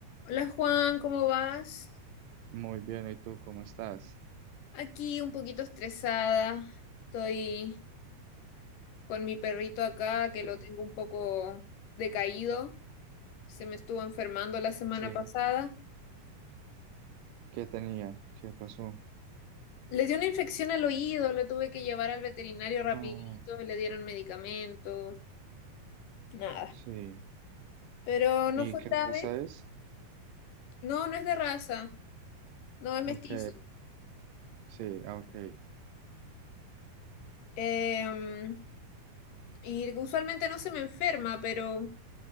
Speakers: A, on the left; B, on the right.
A: Hola Juan, ¿cómo vas?
B: Muy bien, ¿y tú cómo estás?
A: Aquí un poquito estresada. Estoy con mi perrito acá que
B: ¿Qué?
A: lo tengo un poco decaído. Se me estuvo enfermando la semana
B: Sí,
A: pasada.
B: ¿qué tenía? ¿Qué pasó?
A: Le dio una infección al oído, lo tuve que llevar al veterinario
B: Ah,
A: rapidito, le dieron medicamentos, nada.
B: sí.
A: Pero no
B: ¿Y
A: fue
B: qué
A: grave.
B: raza es?
A: No, no es de raza, no es mestizo.
B: Ok, sí, ah, ok,
A: Em, y usualmente no se me enferma, pero